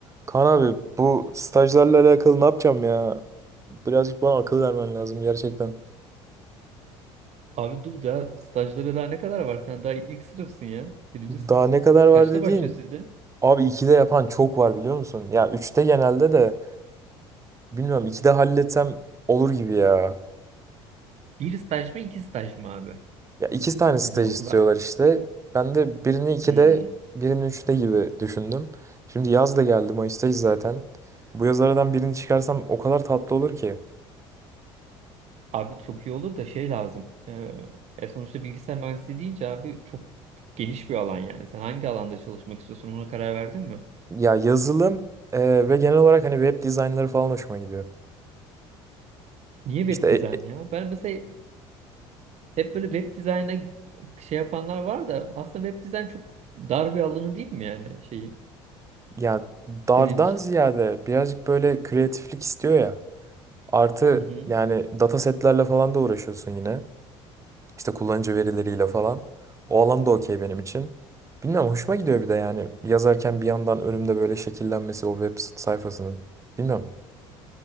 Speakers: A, on the right; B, on the right.
A: Kaan abi bu stajlarla alakalı ne yapacağım ya? Birazcık bana akıl vermen lazım gerçekten.
B: Abi dur daha stajlara daha ne kadar var? Sen daha ilk sınıfsın ya. Birinci
A: Daha
B: sınıfsın.
A: ne kadar var
B: Kaçta
A: dediğin?
B: başlıyor sizde?
A: Abi 2'de yapan çok var biliyor musun? Ya üçte genelde de bilmiyorum 2'de halletsem olur gibi ya.
B: Bir staj mı iki staj mı abi?
A: Ya iki tane
B: Sizin
A: staj
B: okula.
A: istiyorlar işte. Ben de birini 2'de
B: Hmm.
A: birini üçte gibi düşündüm. Şimdi yaz da geldi Mayıs'tayız zaten. Bu yaz aradan birini çıkarsam o kadar tatlı olur ki.
B: Abi çok iyi olur da şey lazım. Ee, e sonuçta bilgisayar mühendisliği deyince abi çok geniş bir alan yani. Sen hangi alanda çalışmak istiyorsun ona karar verdin mi?
A: Ya yazılım e, ve genel olarak hani web dizaynları falan hoşuma gidiyor.
B: Niye
A: İşte
B: web dizayn
A: e, e,
B: ya? Ben mesela hep böyle web dizayna şey yapanlar var da aslında web dizayn çok dar bir alanı değil mi yani şeyin
A: Ya dardan
B: senin için?
A: ziyade birazcık böyle kreatiflik istiyor ya. Artı
B: Hı hı.
A: yani data setlerle falan da uğraşıyorsun yine. İşte kullanıcı verileriyle falan. O alan da okey benim için. Bilmiyorum hoşuma gidiyor bir de yani yazarken bir yandan önümde böyle şekillenmesi o web sayfasının. Bilmiyorum